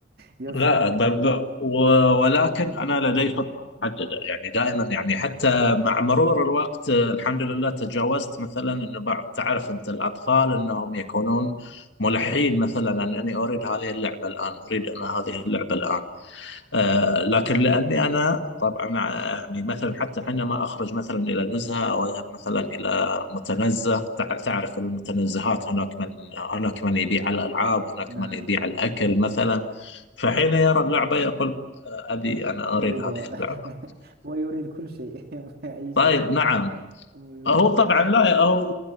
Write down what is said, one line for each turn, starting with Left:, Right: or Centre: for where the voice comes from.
Right: يصر
Left: لا ب... ب... و... ولكن أنا لدي خطة محددة يعني دائما يعني حتى مع مرور الوقت آه، الحمد لله تجاوزت مثلا أنه بعض تعرف أنت الأطفال أنهم يكونون ملحين مثلا أنني أريد هذه اللعبة الآن أريد أنا هذه اللعبة الآن آه، لكن لاني انا طبعا ع- يعني مثلا حتى حينما اخرج مثلا الى نزهه او اذهب مثلا الى متنزه تع- تعرف المتنزهات هناك من هناك من يبيع الالعاب هناك
Right: نعم
Left: من يبيع
Right: نعم.
Left: الاكل مثلا فحين يرى اللعبه يقول آه، ابي انا
Right: أريده
Left: اريد هذه اللعبه
Right: <laughs> ويريد كل شيء <laughs> أي شيء
Left: طيب نعم
Right: ويريد
Left: هو
Right: كل
Left: طبعا
Right: شيء
Left: لا هو